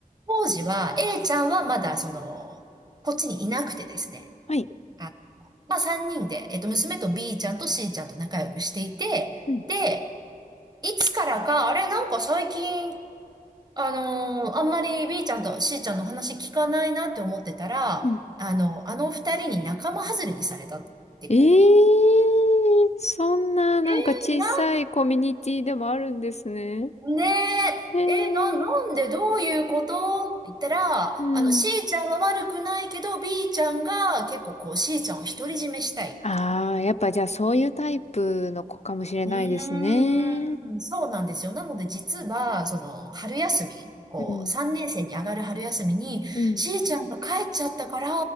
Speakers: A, on the right; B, on the left.
A: 当時は A ちゃんはまだその、こっちにいなくてですね。
B: はい。
A: あ、まあ3人で、えっと、娘と B ちゃんと C ちゃんと仲良くしていて、
B: うん。
A: で、いつからか、あれ、なんか最近、あのーあんまり B ちゃんと C ちゃんの話聞かないなって思ってたら、
B: うん。
A: あの、あの二人に仲間外れにされたってこ
B: ええーそんななんか小さいコミュニティでもあるんですね。
A: う。えー、なん、ね
B: えー
A: え、えー、な、なんでどういうことって言ったら、
B: うん。
A: あの、C ちゃんは悪くないけど、B ちゃんが結構こう C ちゃんを独り占めしたい。
B: ああ、やっぱじゃあそういうタイプの子かもしれないですね。
A: うーん、そうなんですよ。なので実は、その、春休み、こう、
B: うん。
A: 3年生に上がる春休みに、
B: うん。
A: C ちゃんが帰っちゃったから、